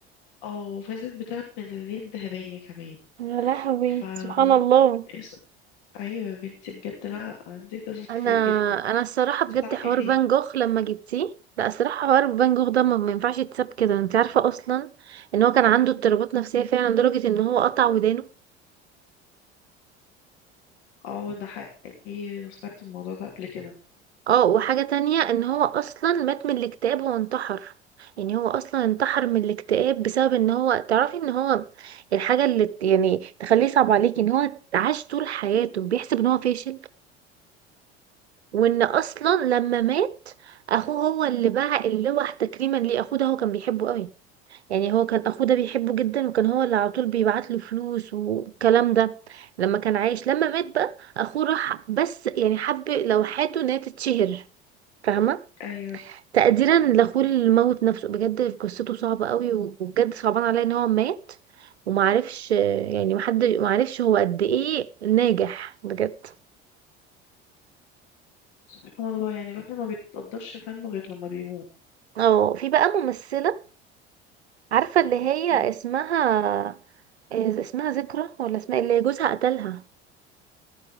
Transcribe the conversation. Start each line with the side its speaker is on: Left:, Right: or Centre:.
Left: اه وفازت بثلاث ميداليات ذهبية كمان
Right: يا لهوي
Left: ف
Right: سبحان الله
Left: اس- ايوه يا بنتي بجد لا عندي قصص كتير
Right: انا
Left: جدا
Right: انا الصراحه
Left: انت
Right: بجد
Left: تعرفي
Right: حوار
Left: ايه تاني
Right: فان جوخ لما جبتيه لا الصراحه حوار فان جوخ ده ما ما ينفعش يتساب كده انت عارفه اصلا ان هو كان عنده اضطرابات نفسيه فعلا لدرجه ان هو قطع ودانه
Left: اه ده حقيقي انا سمعت الموضوع ده قبل كده
Right: اه وحاجه تانية ان هو اصلا مات من الاكتئاب هو انتحر يعني هو اصلا انتحر من الاكتئاب بسبب ان هو تعرفي ان هو الحاجه اللي ت- يعني تخليه صعب عليكي ان هو عاش طول حياته بيحسب ان هو فاشل وان اصلا لما مات اخوه هو اللي باع اللوح تكريما ليه اخوه ده هو كان بيحبه قوي يعني هو كان اخوه ده بيحبه جدا وكان هو اللي على طول بيبعت له فلوس والكلام ده لما كان عايش لما مات بقى اخوه راح بس يعني حب لوحاته ان هي تتشهر فاهمه
Left: ايوه
Right: تقديرا لاخوه اللي موت نفسه بجد قصته صعبه قوي وبجد صعبان عليا ان هو مات ومعرفش يعني محد معرفش هو قد ايه ناجح بجد
Left: سبحان الله يعني الواحد ما بيتقدرش فنه غير لما بيموت
Right: اه في بقى ممثله عارفه اللي هي
Left: مم.
Right: اسمها إيه، اسمها ذكرى ولا اسمها إيه؟ اللي جوزها قتلها